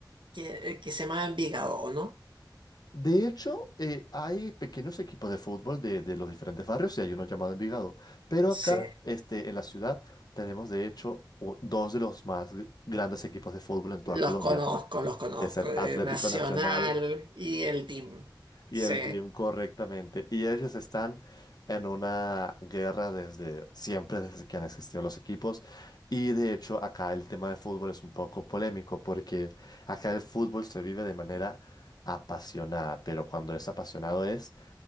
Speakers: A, on the right; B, on the left.
A: que, que se llama Envigado, ¿o no?
B: De hecho, eh, hay pequeños equipos de fútbol de, de los diferentes barrios y hay uno llamado Envigado. Pero
A: Sí,
B: acá, este, en la ciudad, tenemos de hecho u- dos de los más gr- grandes equipos de fútbol en toda
A: los
B: Colombia.
A: conozco, los conozco.
B: Es el
A: eh,
B: Atlético
A: Nacional
B: Nacional
A: y el Team.
B: y
A: Sí.
B: el BIM correctamente. Y ellos están en una guerra desde siempre, desde que han existido los equipos. Y de hecho, acá el tema de fútbol es un poco polémico porque acá el fútbol se vive de manera apasionada, pero cuando es apasionado es